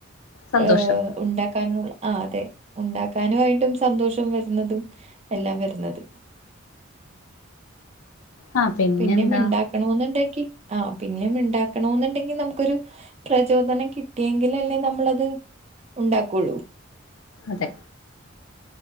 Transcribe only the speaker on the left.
സന്തോഷം
ആ പിന്നെന്താ
അതെ